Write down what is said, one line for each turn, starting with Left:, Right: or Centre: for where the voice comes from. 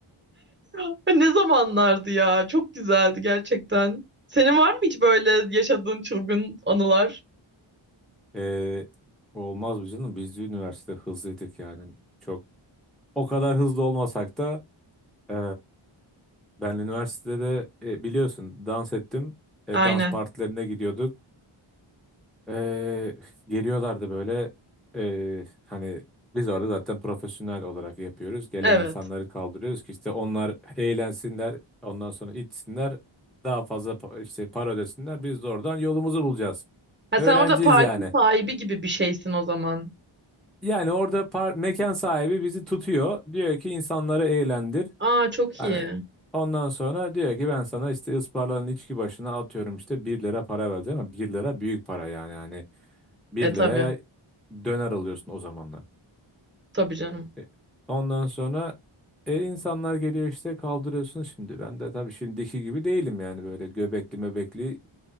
Right: Ay, Ne zamanlardı ya? Çok güzeldi gerçekten. Senin var mı hiç böyle yaşadığın çılgın anılar?
Centre: E, olmaz mı canım? Biz de üniversite hızlıydık yani. Çok o kadar hızlı olmasak da e, ben üniversitede de, e, biliyorsun dans ettim. E,
Right: Aynen.
Centre: dans partilerine gidiyorduk. Eee, geliyorlardı böyle eee, hani biz orada zaten profesyonel olarak yapıyoruz. Gelen
Right: Evet.
Centre: insanları kaldırıyoruz ki işte onlar eğlensinler, ondan sonra içsinler, daha fazla pa- işte para ödesinler. Biz de oradan yolumuzu bulacağız.
Right: Ha,
Centre: Öğrenciyiz
Right: sen orada parti
Centre: yani.
Right: sahibi gibi bir şeysin o zaman.
Centre: Yani orada par- mekan sahibi bizi tutuyor. Diyor ki insanları eğlendir.
Right: Aa çok
Centre: Hani
Right: iyi.
Centre: ondan sonra diyor ki ben sana işte ısparların içki başına atıyorum işte bir lira para vereceğim ama bir lira büyük para yani. Hani 1
Right: E tabii.
Centre: liraya döner alıyorsun o zamanlar.
Right: Tabii canım.
Centre: E, Ondan sonra e, insanlar geliyor işte kaldırıyorsun şimdi. Ben de tabii şimdiki gibi değilim yani böyle göbekli mebekli